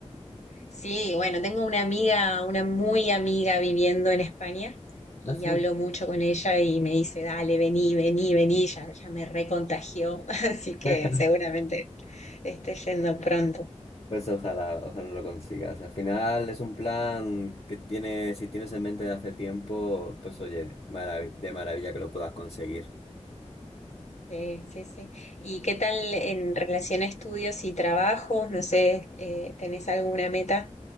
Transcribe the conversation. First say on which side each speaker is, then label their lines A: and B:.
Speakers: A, on the left; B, on the left.
A: Sí, bueno, tengo una amiga, una muy amiga viviendo en España y
B: That's it.
A: hablo mucho con ella y me dice, dale, vení, vení, vení, ya, ya me recontagió, <laughs> así que
B: <laughs>
A: seguramente esté yendo pronto.
B: Pues ojalá, ojalá lo consigas. Al final es un plan que tienes, si tienes en mente de hace tiempo, pues oye, marav- de maravilla que lo puedas conseguir.
A: Sí, sí, sí. ¿Y qué tal en relación a estudios y trabajos? No sé, eh, ¿tenés alguna meta?